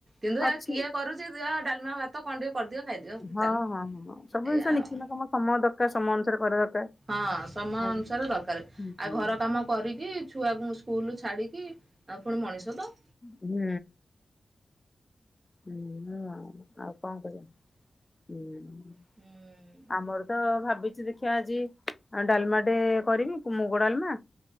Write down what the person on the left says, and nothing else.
ଅଛି।
ହଁ
ହଁ ହଁ ହଁ ସବୁ
ଜିନିଷ ନିଖୁନ
କମ ସମୟ ଦରକାର ସମୟ ଅନୁସାରେ କରିବା ଦରକାର।
ଆଜ୍ଞା।
ହୁଁ
ହୁଁ। ହୁଁ ଆଉ ଆଉ କଣ କରିବା ହୁଁ।
ଆମର ତ ଭାବିଛି ଦେଖିବା ଆଜି ଡାଲମା ଟେ କରିବି ମୁଗ ଡାଲମା।